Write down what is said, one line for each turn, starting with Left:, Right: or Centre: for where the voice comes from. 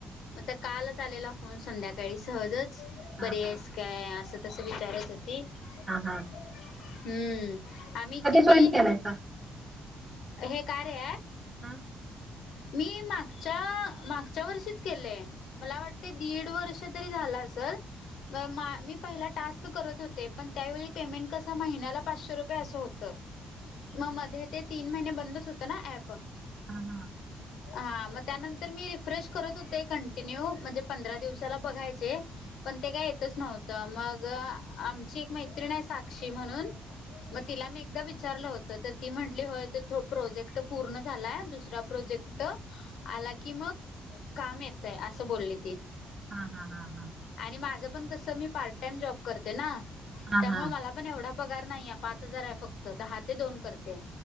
Left: मग तर कालच आलेला फोन संध्याकाळी सहजच
Right: हा
Left: बरी आहेस
Right: हा
Left: का? काय असं तसं विचारत होती.
Right: हा हां
Left: हम्म आम्ही किती
Right: जॉईन केलायसा?
Left: हे काय रे
Right: हम्म
Left: मी मागच्या मागच्या वर्षीच केलेय मला वाटतं दीड वर्ष तरी झालं असेल मी पहिला टास्क करत होते पण त्यावेळी पेमेंट कस महिन्याला पाचशे रुपये असं होत. मग मध्ये ते तीन महिने बंदच होत ना ऍप
Right: हां
Left: हा मग त्यानंतर मी रिफ्रेश करत होते कंटिन्यू म्हणजे पंधरा दिवसाला बघायचे. पण ते काय येतच नव्हत मग आमची एक मैत्रिण आहे साक्षी म्हणून मग तिला मी एकदा विचारलं होत तर ती म्हंटली हो प्रोजेक्ट पूर्ण झाला. दुसरा प्रोजेक्ट आला की मग काम येत आहे असं बोलली ती
Right: हा हा हा हा
Left: आणि माझं पण कस मी पार्ट टाइम जॉब करते ना
Right: हा
Left: त्यामुळे
Right: हा
Left: मला पण एवढा पगार नाही आहे पाच हजार आहे फक्त दहा ते दोन करते.